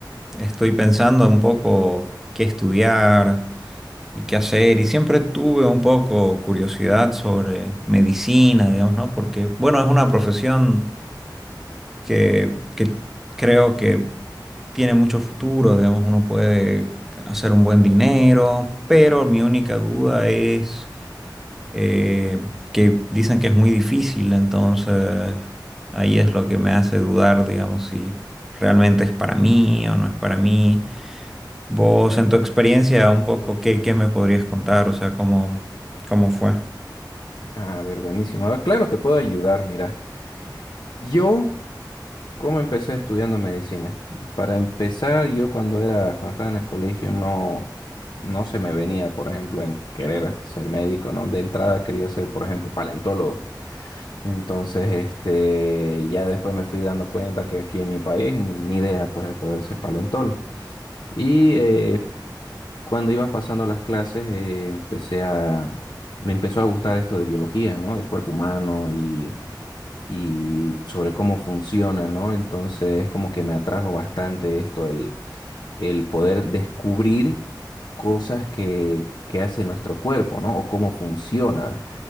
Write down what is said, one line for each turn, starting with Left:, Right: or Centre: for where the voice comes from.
Centre: estoy pensando un poco qué estudiar y qué hacer. Y siempre tuve un poco curiosidad sobre medicina, digamos, ¿no? Porque, bueno, es una profesión que, que creo que tiene mucho futuro, digamos, uno puede hacer un buen dinero, pero mi única duda es eh, que dicen que es muy difícil, entonces ahí es lo que me hace dudar, digamos, si realmente es para mí o no es para mí. Vos, en tu experiencia, un poco, ¿qué, qué me podrías contar? O sea, ¿cómo, cómo fue?
Left: Ah, A ver, buenísimo. Ah, Claro, te puedo ayudar, mira. Yo, ¿cómo empecé estudiando medicina? Para empezar, yo cuando era, cuando estaba en el colegio no, no se me venía, por ejemplo, en querer ser médico, ¿no? De entrada quería ser, por ejemplo, paleontólogo. Entonces, este, ya después me fui dando cuenta que aquí en mi país ni, ni idea, pues, de poder ser paleontólogo. Y eh, cuando iban pasando las clases, eh, empecé a, me empezó a gustar esto de biología, ¿no? Del cuerpo humano y, y sobre cómo funciona, ¿no? Entonces, como que me atrajo bastante esto, el, el poder descubrir cosas que, que hace nuestro cuerpo, ¿no? O cómo funciona.